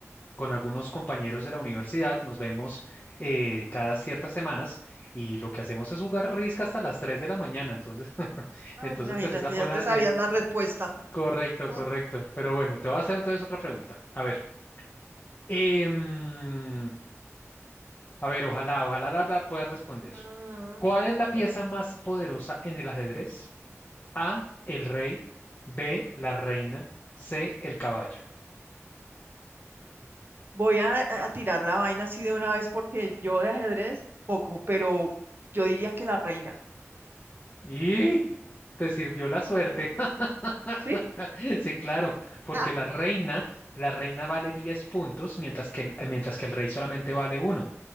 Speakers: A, on the left; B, on the right.
A: con algunos compañeros de la universidad nos vemos eh, cada ciertas semanas y lo que hacemos es jugar risca hasta las 3 de la mañana, entonces, <laughs>
B: Ah,
A: entonces
B: Imagínate,
A: pues esa fue
B: ya
A: una,
B: te sabías
A: eh,
B: la respuesta.
A: correcto,
B: <laughs>
A: correcto, pero bueno, te voy a hacer entonces otra pregunta. A ver. em, A ver, ojalá, ojalá la verdad puedas responder.
B: Mm. ah,
A: ¿Cuál es la
B: bueno.
A: pieza más poderosa en el ajedrez? A, el rey, B, la reina, C, el caballo.
B: Voy a, a tirar la vaina así de una vez porque yo de ajedrez poco, pero yo diría que la reina.
A: Y te sirvió la suerte. <laughs>
B: ¿Sí?
A: Sí, claro, porque
B: <laughs>
A: la reina, la reina vale 10 puntos, mientras que el, eh, mientras que el rey solamente vale uno,